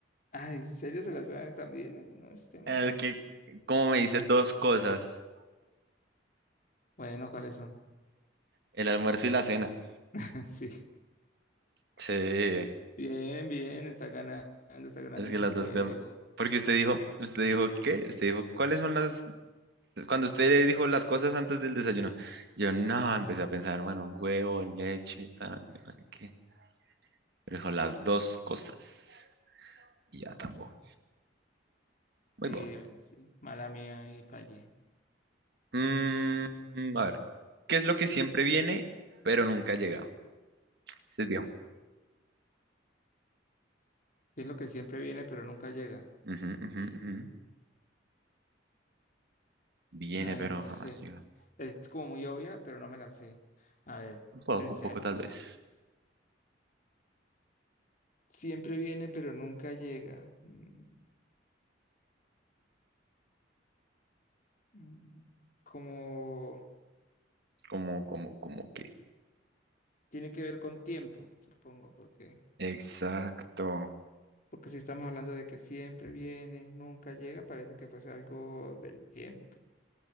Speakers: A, on the left; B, on the right.
A: Ay, ¿serio se las sabe también? Ay, no, este man.
B: Es que, como me dices dos cosas,
A: Bueno, ¿cuáles son?
B: el almuerzo y la cena.
A: <laughs> Sí.
B: Sí, es
A: Bien, bien, está ganando, está ganando
B: que
A: en su
B: las
A: juego.
B: dos cosas. Porque usted dijo, usted dijo, ¿qué? Usted dijo, ¿cuáles son las... Cuando usted le dijo las cosas antes del desayuno, yo no, empecé a pensar, bueno, huevo, leche, tal, yo no ¿qué? Pero dijo las dos cosas. Y ya tampoco. Muy
A: Sí,
B: bueno.
A: bueno, sí. Mala mía y fallé.
B: Mm, a ver, ¿qué es lo que siempre viene, pero nunca llega? Ese es viejo.
A: Es lo que siempre viene, pero nunca llega.
B: Ujú, ujú, ujú. Viene,
A: Ay,
B: pero
A: no
B: jamás
A: sé.
B: llega.
A: Es como muy obvia, pero no me la sé. A ver,
B: Un poco,
A: pensemos.
B: un poco tal vez.
A: Siempre viene, pero nunca llega. Mm, mm, Como
B: Como, como, como que.
A: tiene que ver con tiempo, supongo, porque
B: Exacto.
A: Porque si estamos hablando de que siempre viene, nunca llega, parece que fuese algo del tiempo.